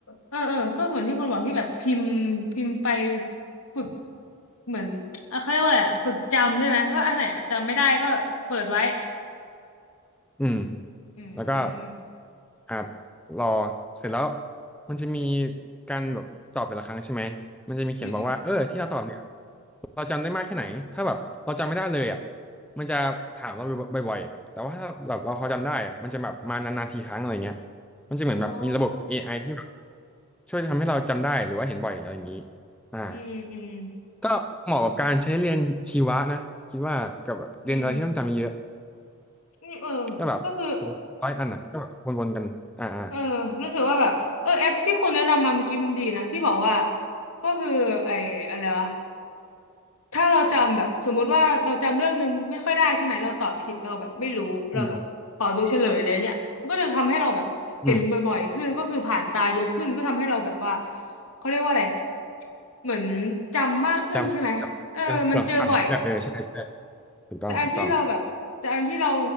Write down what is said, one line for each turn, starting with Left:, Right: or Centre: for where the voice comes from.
Left: เออเออก็เหมือนที่คุณบอกที่แบบพิมพ์พิมพ์ไปฝึกเหมือนเอ่อเขาเรียกว่าอะไรอะฝึกจำใช่ไหมว่าอันไหนจำไม่ได้ก็เปิดไว้
Centre: อืม
Left: อื
Centre: แล้วก็
Left: ม
Centre: อ่ารอเสร็จแล้วมันจะมีการแบบตอบแต่ละครั้งใช่ไหมมันจะมีเขียนบอกว่าเออที่เราตอบเนี่ย
Left: อืมอืม
Centre: เราจำได้มากแค่ไหนถ้าแบบเราจำไม่ได้เลยอ่ะมันจะถามเราบ่อยๆแต่ว่าถ้าแบบเราพอจำได้อ่ะมันจะแบบมานานๆทีครั้งอะไรเงี้ยมันจะเหมือนแบบมีระบบ
Left: อ๋อ
Centre: AI ที่แบบช่วยทำให้เราจำได้หรือว่าเห็นบ่อยอะไรอย่างนี้อ่า
Left: อืมอืม
Centre: ก็เหมาะกับการใช้เรียนชีวะนะคิดว่ากับแบบเรียนอะไรที่ต้องจำเยอะ
Left: อืมนี่เออ
Centre: ก็แบบสรุปร้อยอันอ่ะก็แบบวนๆกันอ่าอ่า
Left: ก็คือเออรู้สึกว่าแบบเออแอปที่คุณแนะนำมาเมื่อกี้มันดีนะที่บอกว่าก็คือไอ้อะไรวะ ถ้าเราจำแบบสมมุติว่าเราจำเรื่องนึงไม่ค่อยได้ใช่ไหมเราตอบผิดเราแบบไม่รู้เราแบบขอดูเฉลยอะไรเงี้ยมันก็จะทำให้เราแบบเห็นบ่อยๆขึ้นก็คือผ่านตาเยอะขึ้นก็ทำให้เราแบบว่า
Centre: อืมอืม
Left: เขาเรียกว่าอะไรเหมือนจำมากขึ้นใช่ไหมเออมันเจอบ่อย
Centre: จำแบบยังแบบฝังเลยอะเออใช่ใช่ถูกต้องถูกต้อง
Left: แต่อันที่เราแบบแต่อันที่เรา